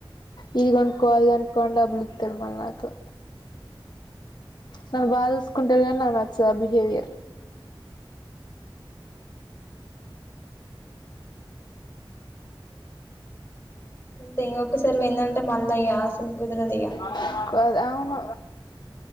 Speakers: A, on the left; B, on the left.
A: ఇది కొనుక్కో అది కొను కొ అని డబ్బులు
B: ఆహా
A: ఇత్తడు మల్ల నాకే నన్ను బాగా చూసుకుంటరు కానీ నాకు చా బిహేవియర్
B: మ్మ్ ఇంతే ఇంగ ఒక్కసారి పోయిందంటే మళ్ళ ఇగ అసలికి కుదరదిగ
A: ఓ అది అవును